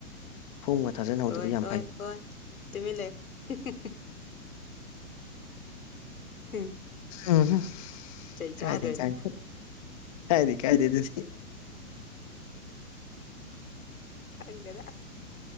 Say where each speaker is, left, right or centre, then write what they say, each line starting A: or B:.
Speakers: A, on the left; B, on the left.
A: ꯐꯣꯝꯒ ꯊꯥꯖꯤꯟꯍꯧꯗꯕ
B: ꯍꯣꯏ
A: ꯌꯥꯝ
B: ꯍꯣꯏ
A: ꯐꯩ
B: ꯍꯣꯏ ꯇꯃꯤ ꯂꯩꯥꯛ ꯍꯨꯝ
A: ꯎꯝ
B: ꯆꯩ
A: ꯀꯥꯏꯗ
B: ꯆꯥꯗꯣꯏꯅꯦ
A: ꯀꯥꯏ ꯀꯥꯏꯗꯤ ꯀꯥꯏꯗꯁꯤ
B: ꯈꯪꯗꯦꯗ